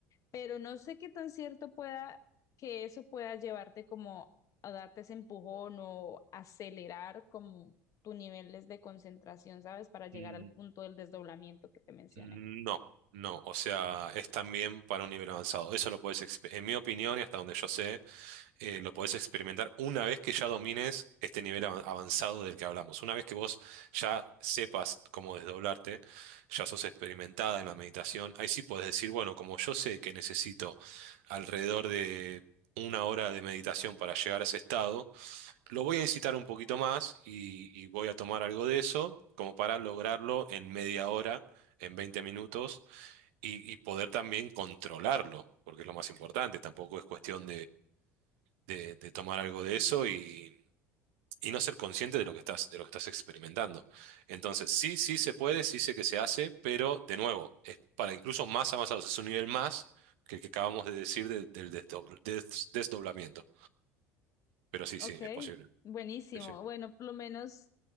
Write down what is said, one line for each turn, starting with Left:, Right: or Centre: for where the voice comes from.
Left: pero no sé qué tan cierto pueda que eso pueda llevarte como a darte ese empujón o acelerar como tus niveles de concentración, ¿sabes? Para llegar
Right: Mm,
Left: al punto del desdoblamiento que te mencioné.
Right: No, no, o sea, es también para un nivel avanzado. Eso lo puedes, exp- en mi opinión y hasta donde yo sé, eh, lo podés experimentar una vez que ya domines este nivel av- avanzado del que hablamos. Una vez que vos ya sepas cómo desdoblarte, ya sos experimentada en la meditación, ahí sí podés decir, bueno, como yo sé que necesito alrededor de una hora de meditación para llegar a ese estado, lo voy a incitar un poquito más y, y voy a tomar algo de eso como para lograrlo en media hora. en 20 minutos y y poder también controlarlo, porque es lo más importante, tampoco es cuestión de, de tomar algo de eso y, y no ser consciente de lo que estás, de lo que estás experimentando. Entonces, sí, sí se puede, sí sé que se hace, pero de nuevo, es para incluso más avanzados, es un nivel más que el que acabamos de decir de- del desdobl- des- desdoblamiento. Pero sí,
Left: Ok,
Right: sí, es posible.
Left: buenísimo.
Right: Sí, sí.
Left: Bueno, por lo menos,